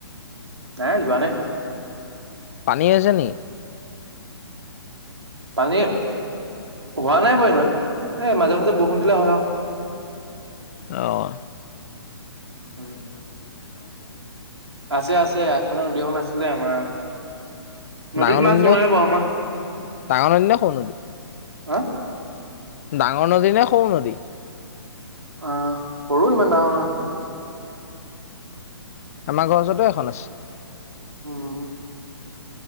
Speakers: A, on the right (about 80°); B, on the left (about 35°).
A: নাই যোৱা নাই।
B: পানী হৈছে নি?
A: পানী হোৱা নাই বাৰু ইমান এ মাজে মাজে বৰষুণ দিলে হয় আৰু
B: আহ
A: উম আছে আছে আগফালে নদীয়খন আছে আছিলে আমাৰ নদীত
B: ডাঙৰ
A: মাছ
B: নদী
A: ওলাই
B: নে
A: বা আমাৰ
B: ডাঙৰ নদী নে সৰু নদী?
A: হা।
B: ডাঙৰ নদী নে সৰু নদী
A: আহ সৰু ইমান ডাঙৰ নহয়
B: আমাৰ ঘৰ ওচৰতটো এখন আছে।
A: হোম <inaudible>